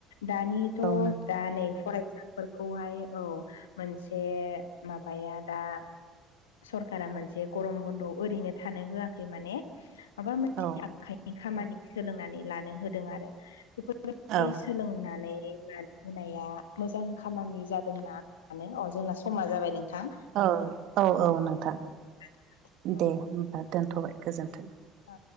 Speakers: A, on the left; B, on the right.
A: दानि थ'
B: औ नोंथां
A: दा नै फरायसा फोरखौहाय औ मोनसे माबाया दा सरखारा मोनसे गरम बन्द' ओरैनो थानो होआखै माने मा मोन
B: औ
A: आखाइनि खामानि सोलोंनानै लानो होदों आरो बेफोर
B: औ
A: सोलोंनानै लानो होनाया मोजां खामानि जादोंना मानो अ जोंना समा जाबाय नोंथां
B: औ औ औ नोंथां
A: औ औ
B: दे होमबा दोनथ'बाय गोजोन्थों
A: औ